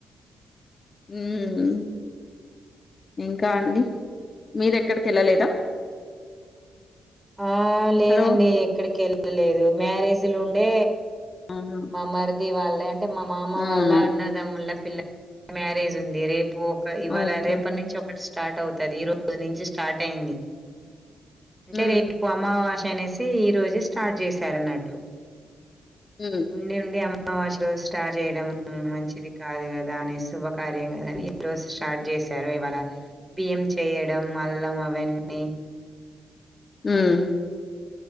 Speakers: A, on the left (about 40°); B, on the right (about 15°).
A: మ్మ్ హ్ ఇంకా అండి మీరూ ఎక్కడికి వెళ్ళలేదా
B: ఆ లేదండి
A: హలో
B: ఎక్కడికి వెల్లలేదు మ్యారేజీలుండే
A: అవును
B: మా మరిది వాళ్ళ అంటే మా మామ
A: అవునవును
B: వాళ్ళ అన్నదమ్ముల పిల్ల మ్యారేజ్ ఉంది రేపు ఒక ఇవాళ
A: ఓకే
B: రేపటి నుంచి ఒకటి స్టార్ట్ అవుతది ఈ రోజు నుంచి స్టార్ట్ అయింది అంటే
A: మ్మ్ హ్హ్
B: రేపు అమావాస అనేసి ఈ రోజు స్టార్ట్ చేశారు అన్నట్టు
A: మ్మ్
B: ఉండి ఉండి అమావాస రోజు స్టార్ట్ చేయడం మంచిది కాదు కదా అనే శుభకార్యం కదా అని ఈ రోజు స్టార్ట్ చేసారు ఇవాళ బియ్యం చేయడం అల్లం అవన్నీ
A: మ్మ్ హ్